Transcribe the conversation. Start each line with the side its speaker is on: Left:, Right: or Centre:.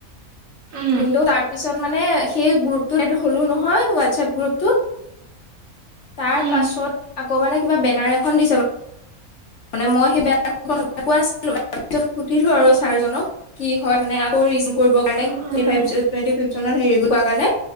Right: উম
Left: কিন্তু তাৰপিছত। মানে সেই গ্ৰুপটোত এড হ'লো নহয় হোৱাটছএপ গ্ৰুপত। তাৰ
Right: উম
Left: পাছত আকৌ মানে কিবা বেনাৰ এখন দিছে। মানে মই সেই বেয়া ভাৱত কথাটো কোৱা নাছিলো। তাৰপিছত সুধিলো আৰু ছাৰজনক কি হয় মানে আকৌ কৰিব কাৰণে
Right: um um
Left: three five twenty <unintelligible> কাৰণে